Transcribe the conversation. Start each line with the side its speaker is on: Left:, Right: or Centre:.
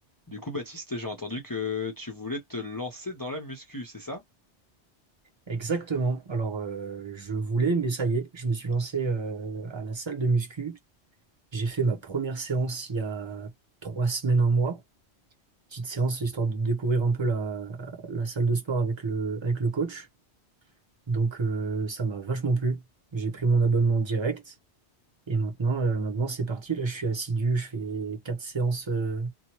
Left: Du coup, Baptiste, j'ai entendu que tu voulais te lancer dans la muscu, c'est ça?
Right: Exactement. Alors, euh, je voulais, mais ça y est, je me suis lancé euh, à la salle de muscu. J'ai fait ma première séance il y a trois semaines, un mois. Petite séance, histoire de découvrir un peu la, la salle de sport avec le, avec le coach. Donc, euh, ça m'a vachement plu. J'ai pris mon abonnement direct. Et maintenant, euh, maintenant c'est parti. Là, je suis assidu. Je fais quatre séances euh,